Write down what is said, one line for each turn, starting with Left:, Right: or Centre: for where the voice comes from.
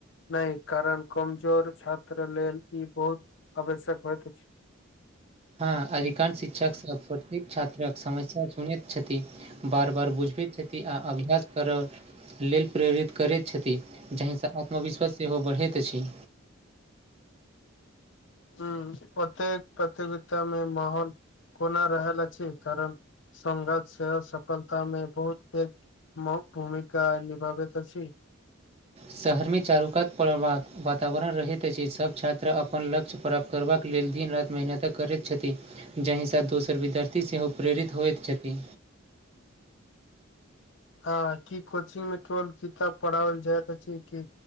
Left: नय कारण कमजोर छात्र लेल ई बहुत आवश्यक होइत अछि
Right: हँ अधिकांश शिक्षक सब <unintelligible> प्रतेक छात्रक समस्या सुुनति छथि बार बार बुझबति छथि आ अभ्यास करब लेल प्रेरित करति छथि जाहिसँ आत्मविश्वास सेहो बढ़ति अछि
Left: हुं ओतेक प्रतियोगिता मे माहौल कोना रहल अछि कारण संगत सेहो सफलता मे बहुत पेग भूमिका निभाबति अछि
Right: शहर मे चारूकात परबाक वातावरण रहति अछि सभ छात्र अपन लक्ष्य प्राप्त करबाक लेल दिन रात मेहनत करति छथि जाहिसँ दोसर विद्यार्थी सेहो प्रेरित होइत छथि
Left: हँ की कोचिंग मे केवल किताब पढ़ाओल जाइत अछि कि